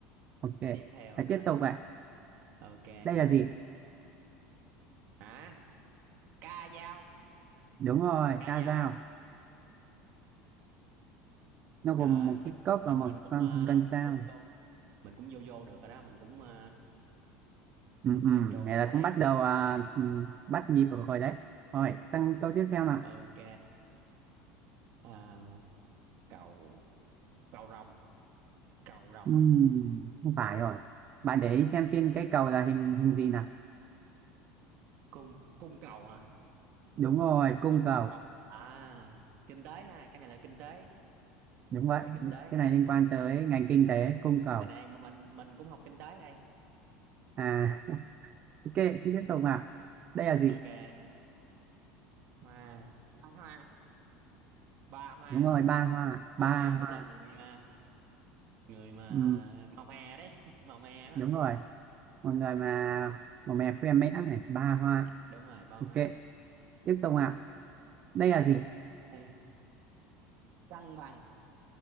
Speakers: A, on the right (about 30°); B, on the right (about 50°).
A: ok.
B: tiếp theo
A: Hãy
B: hả
A: tiếp tục vậy.
B: ok
A: Đây là gì?
B: hả ca dao
A: Đúng rồi,
B: ca
A: ca
B: dao
A: dao. Nó
B: rồi
A: gồm một
B: mình
A: cái cốc
B: mình
A: và một
B: mình cũng
A: con
B: ờ,
A: cân
B: mình
A: sao.
B: cũng vô mình cũng vô vô được rồi đó mình cũng ờ,
A: Ừ, ừ.
B: control
A: Này
B: được
A: là
B: rồi đấy
A: cũng bắt đầu à, ừ, bắt nhịp được rồi đấy. Rồi, sang câu tiếp theo nào.
B: ok à, cầu cầu rồng cầu rồng
A: Ừ,
B: đúng không
A: không phải rồi. Bạn để ý xem trên cái cầu là hình hình gì nào.
B: cung cung cầu hả
A: Đúng rồi, cung
B: cung
A: cầu.
B: cầu à kinh tế ha cái này là kinh tế
A: Đúng vậy.
B: về kinh tế
A: Cái
B: ha
A: này liên quan tới ngành kinh tế, cung cầu.
B: ở đây mà mình mình cũng học kinh tế đây
A: À, <laughs> ok, tiếp
B: <laughs>
A: tục nào. Đây là gì?
B: ok hoa ba hoa ba hoa
A: Đúng rồi, ba hoa.
B: ba
A: Ba
B: hoa tức
A: hoa.
B: là người à, người mà
A: Ừ,
B: màu mè đấy <laughs> màu mè á.
A: đúng rồi. một người mà một mẹ khuyên mẽ này ba hoa
B: đúng rồi ba hoa
A: ok tiếp tục ạ đây
B: tiếp
A: là gì
B: tục Đây. cân bằng